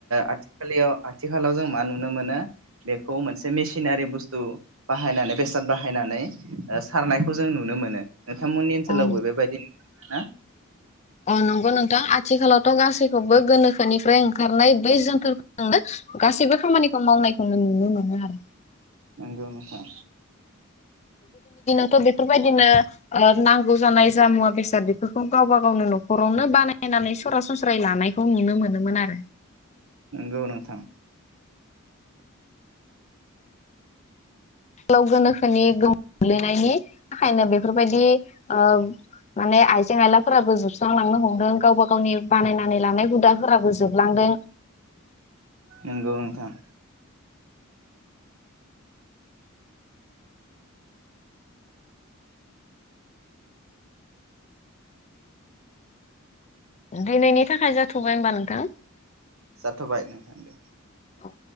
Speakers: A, on the right; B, on the left.
A: आ लियाव आथिखालाव जों मा नुनो नुनो मोनो बेखौ मोनसे मेसिनारि बुस्थु बाहायनानै बेसाद बाहायनानै सारनायखौ जों नुनो मोनो। नोंथांमोननि ओनसोलावबो
B: औ
A: बेबायदिनो हा
B: अ नंगौ नोंथां आथिखालावथ' गासैखौबो गोनोखोनिफ्राय ओंखारनाय बै जोनथोरजोंनो गासैबो खामानिखौ मावनायखौनो नुनो मोनो आरो।
A: नोंगौ नोथां
B: थ' बेफोरबायाददिनो ओ नांगौ जानाय जा मुवा बेसाद बेफोरखौ गावबा गावनो न'खरावनो बानायनानै सरासनस्रायै लानायखौ नुनो मोनोमोन आरो।
A: नंगौ नोंथां
B: गोलाव गोनोखोनि गोमोम गोग्लैनायनि थाखायनो बेफोरबायदि अ माने आइजें आयलाफोराबो जोबस्रांलांनो हमदों गावबा गावनि बानायनानै लानाय हुदाफोराबो जोबलांदों।
A: नंगौ नोंथां
B: दिनि थाखाय जाथ'बाय होनबा नोंथां।
A: जाथ'बाय नोंथां दे
B: औ